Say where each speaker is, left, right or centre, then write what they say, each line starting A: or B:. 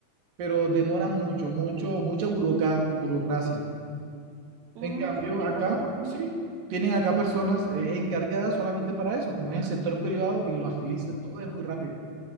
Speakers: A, on the right; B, on the right.
A: pero demoran mucho, mucho, mucha buroca burocracia.
B: Mm,
A: En cambio,
B: es
A: acá
B: algo como-
A: sí, tienen acá personas eh, encargadas solamente para eso, como es el sector privado y lo agilizan, todo es muy rápido.